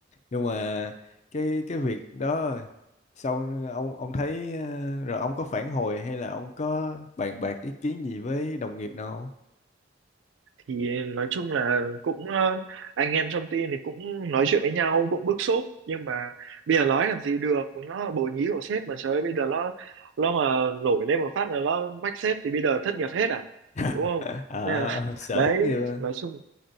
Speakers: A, on the left (about 40°); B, on the right (about 75°).
A: Nhưng mà cái cái việc đó sau ông ông thấy ờ, rồi ông có phản hồi hay là ông có bàn bạc ý kiến gì với đồng nghiệp nào?
B: thì nói chung là cũng ờ, anh em trong team thì cũng nói chuyện với nhau cũng bức xúc nhưng mà bây giờ nói làm gì được nó là bồ nhí của sếp mà trời ơi, bây giờ nó nó mà nổi lên một phát là nó mách sếp thì bây giờ thất nghiệp hết à
A: <laughs>
B: đúng không
A: À,
B: nên là, <laughs>
A: sở
B: đấy
A: thất nghiệp.
B: nói chung